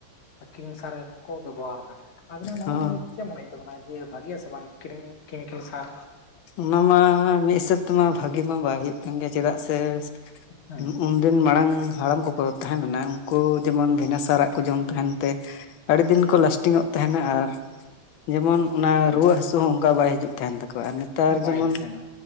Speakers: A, on the left; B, on the left.
A: ᱟᱠᱤᱝ ᱥᱟᱨᱮ ᱠᱚᱠᱚ ᱵᱮᱵᱚᱦᱟᱨ ᱠᱟᱫᱟ ᱟᱵᱤᱱᱟᱜ ᱱᱚᱣᱟ
B: ᱦᱚᱸ
A: ᱱᱤᱭᱟᱹ ᱪᱮᱜ ᱢᱚᱱᱮ ᱛᱚᱵᱨᱟ ᱡᱤᱭᱟᱹ ᱵᱷᱟᱹᱜᱮᱭᱟ ᱥᱮ ᱵᱟᱝ ᱠᱨᱤᱝ ᱠᱮᱢᱤᱠᱮᱞ ᱥᱟᱨ?
B: ᱚᱱᱟ ᱢᱟ ᱢᱤᱜ ᱦᱤᱥᱟᱹᱵ ᱛᱮᱢᱟ ᱵᱷᱟᱜᱤ ᱢᱟ ᱵᱟᱭ ᱦᱩᱭᱩᱜ ᱠᱟᱱ ᱜᱮᱭᱟ ᱪᱮᱫᱟᱜ ᱥᱮ
A: ᱦᱮᱸ
B: <unintelligible> ᱫᱤᱱ ᱢᱟᱲᱟᱝ ᱦᱟᱲᱟᱢ ᱠᱚᱠᱚ ᱛᱟᱦᱮᱸ ᱞᱮᱱᱟ ᱩᱱᱠᱩ ᱡᱮᱢᱚᱱ ᱵᱷᱤᱱᱟᱥᱟᱨᱟᱜ ᱠᱚ ᱡᱚᱢ ᱛᱟᱦᱮᱱ ᱛᱮ ᱟᱹᱰᱤ ᱫᱤᱱ ᱠᱚ ᱞᱟᱥᱴᱤᱝ ᱚᱜ ᱛᱟᱦᱮᱱᱟ ᱟᱨ ᱡᱮᱢᱚᱱ ᱚᱱᱟ
A: ᱦᱮᱸ
B: ᱨᱩᱣᱟᱹᱜ ᱦᱟᱹᱥᱩ ᱦᱚᱹ ᱚᱱᱠᱟ ᱵᱟᱭ ᱦᱤᱡᱩᱜ ᱛᱟᱦᱮᱱ ᱛᱟᱠᱚᱣᱟ ᱟᱨ ᱱᱮᱛᱟᱨ
A: ᱵᱟᱭ
B: ᱡᱮᱢᱚᱱ
A: ᱦᱤᱡᱩᱜ ᱛᱟᱦᱮᱱᱟ